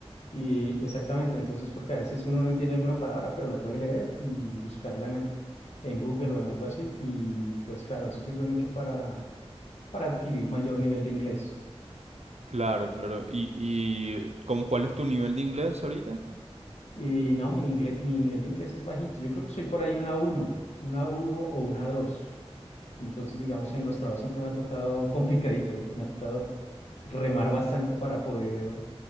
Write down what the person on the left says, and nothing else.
y exactamente, entonces porque a veces uno no entiende alguna palabra, pero la puede leer y buscarla en, el- en Google o en algo así y pues claro, eso sirve mucho para, para adquirir mayor nivel de inglés.
Y no, mi, ingle- mi nivel de inglés es bajito. Yo creo que soy por ahí una uno una uno o una dos Entonces, digamos, en los trabajos siempre me ha tocado complicadito, y me ha tocado remar bastante para poder,